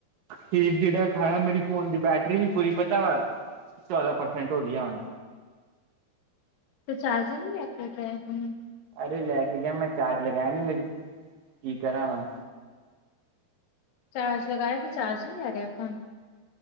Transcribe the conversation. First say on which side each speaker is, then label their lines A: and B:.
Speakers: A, on the right; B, on the left.
A: ਠੀਕ ਜਿਹੜਾ ਖਾਇਆ, ਮੇਰੀ ਫੋਨ ਦੀ ਬੈਟਰੀ ਵੀ ਪੂਰੀ ਪਤਾ ਵ ਚੌਦਾਂ ਪਰਸੈਂਟ ਹੋ ਗਈ ਹੁਣ
B: ਤੁਸੀਂ ਚਾਰਜਿਰ ਨਹੀਂ ਲੈ ਕੇ ਗਏ ਸੀ।
A: ਅਰੇ ਲੈ ਕੇ ਗਿਆ ਮੈਂ ਚਾਰਜ ਲਗਾਇਆ ਨੀਂ, ਮੈਂ ਕੀ ਕਰਾਂ ਮੈਂ।
B: ਚਾਰਜ ਲਗਾਇਆ ਤੇ ਚਾਰਜ ਵੀ ਲੈ ਰਿਹਾ ਆਪਾਂ ਨੂੰ।